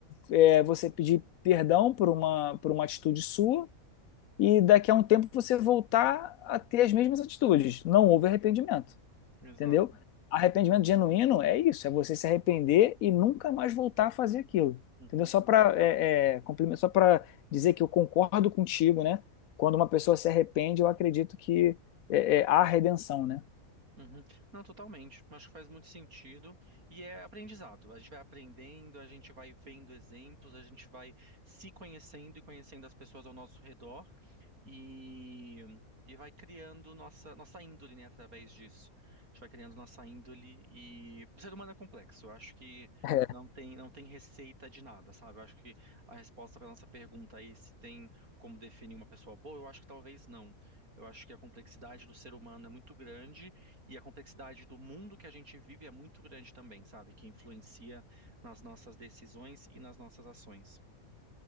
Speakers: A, on the left; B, on the right.
A: é, é você pedir perdão por uma, por uma atitude sua e daqui a um tempo você voltar a ter as mesmas atitudes. Não houve arrependimento
B: Exato.
A: entendeu? Arrependimento
B: Uhum.
A: genuíno é isso, é você se arrepender e nunca mais voltar a fazer aquilo,
B: Uhum.
A: entendeu? Só para é, é, complemen- só para dizer que eu concordo contigo, né? Quando uma pessoa se arrepende, eu acredito que é, é, há redenção, né?
B: Uhum. Não, totalmente. Acho que faz muito sentido e é aprendizado. A gente vai aprendendo, a gente vai vendo exemplos, a gente vai se conhecendo e conhecendo as pessoas ao nosso redor e, e vai criando nossa, nossa índole, né, através disso. A gente vai criando nossa índole e o ser humano é complexo. Eu acho que
A: É
B: não tem, não tem receita de nada, sabe? Eu acho que a resposta para nossa pergunta aí, se tem como definir uma pessoa boa, eu acho que talvez não. Eu acho que a complexidade do ser humano é muito grande e a complexidade do mundo que a gente vive é muito grande também, sabe? Que influencia nas nossas decisões e nas nossas ações,